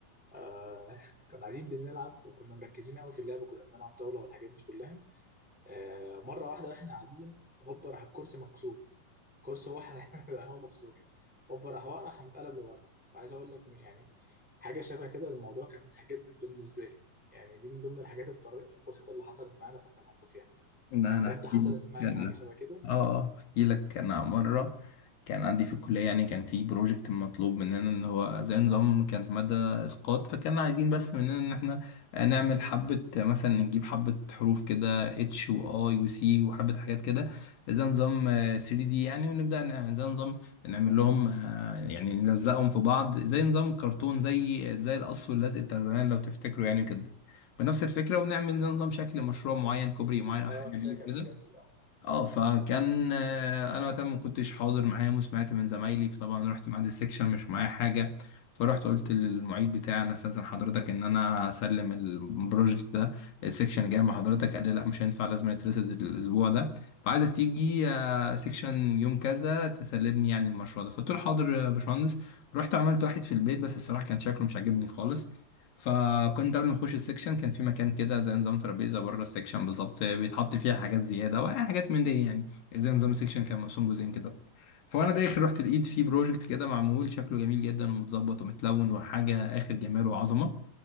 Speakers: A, in the centre; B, on the left.
A: آه <laughs> كنا قاعدين بنلعب وكنا مركزين قوي في اللعب وكنا بنلعب طاولة والحاجات دي كلها آه، مرة واحدة واحنا قاعدين هوبا راح الكرسي مكسور كرسي هو <laughs> احنا راح هو مكسور هوبا راح واقع راح متقلب لورا عايز اقول لك مش يعني حاجة شبه كده الموضوع كان مضحك جدا بالنسبة لي يعني دي من ضمن الحاجات الطريفة البسيطة اللي حصلت معانا فكان الموقف يعني
B: ان انا
A: انت
B: احكي
A: حصلت
B: لك
A: معاك حاجة شبه كده؟
B: اه اه احكي لك انا مره كان عندي في الكليه يعني كان في بروجكت مطلوب مننا ان هو زي نظام كان في ماده اسقاط فكان عايزين بس مننا ان احنا نعمل حبه مثلا نجيب حبه حروف كده اتش واي وسي وحبه حاجات كده زي نظام آه، 3D يعني ونبدا نع- زي نظام نعمل لهم آه، يعني نلزقهم في بعض زي نظام كرتون زي زي القص واللزق بتاع زمان لو تفتكروا يعني كده بنفس الفكره ونعمل زي نظام شكل مشروع معين كوبري معين او
A: اه
B: حاجه
A: انا
B: بيه
A: فاكر الحاجات
B: كده.
A: دي اه
B: اه فكان آه، انا وقتها ما كنتش حاضر معاهم وسمعت من زمايلي فطبعا رحت ميعاد السكشن مش معايا حاجه فرحت قلت للمعيد بتاعي انا استاذن حضرتك ان انا اسلم البروجكت ده السكشن جاي مع حضرتك قال لي لا مش هينفع لازم يترصد الاسبوع ده فعايزك تيجي آه، سكشن يوم كذا تسلمني يعني المشروع ده فقلت له حاضر يا باشمهندس رحت عملت واحد في البيت بس الصراحه كان شكله مش عاجبني خالص فكنت قبل ما اخش السكشن كان في مكان كده زي نظام ترابيزه بره السكشن بالظبط بيتحط فيها حاجات زياده وحاجات من دي يعني زي نظام السكشن كان مقسوم جزئين كده فانا داخل رحت لقيت فيه بروجكت كده معمول شكله جميل جدا ومتظبط ومتلون وحاجه اخر جمال وعظمه